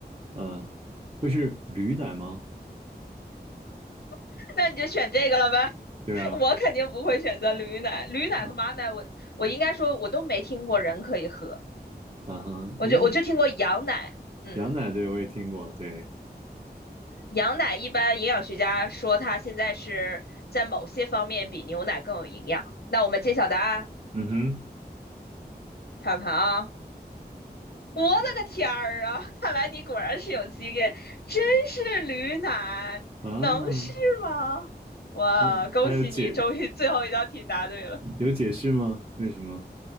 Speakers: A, on the right; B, on the left.
A: 呃，会是驴奶吗？
B: <laughs> 那你就选这个了呗。
A: 对啊，
B: <laughs> 我肯定不会选择驴奶，驴奶和马奶我，
A: 嗯
B: 我应该说我都没听过人可以喝，
A: 嗯哼，
B: 我就我就听过羊奶，
A: 因为
B: 嗯，
A: 羊奶对我也听过，对，
B: 羊奶一般营养学家说它现在是在某些方面比牛奶更有营养。那我们揭晓答案，
A: 嗯
B: 看看啊，我的个天儿啊，看来你果然是有经验，真是驴奶，
A: 哼，啊，
B: 能是吗？哇，
A: 呃，
B: 恭喜你，
A: 还有解
B: 终于最后一道题答对了。
A: 有解释吗？为什么？